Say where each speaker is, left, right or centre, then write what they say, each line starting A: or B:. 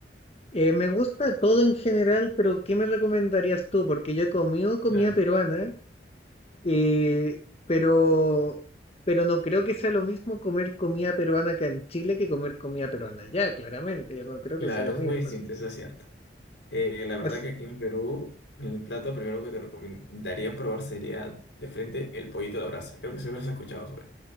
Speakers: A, on the left (about 35°); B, on the left (about 80°).
A: Eh, me gusta todo en general, pero ¿qué me recomendarías tú? Porque yo he comido comida
B: Claro.
A: peruana Eh, pero, pero no creo que sea lo mismo comer comida peruana acá en Chile que comer comida peruana allá, claramente. Yo no creo
B: Claro,
A: que sea lo
B: es
A: mismo.
B: muy distinto,
A: así-
B: eso es cierto. Eh, la verdad
A: as-
B: que aquí en Perú, el plato primero que te recomendaría probar sería de frente el pollito a la brasa. Creo que siempre has escuchado sobre.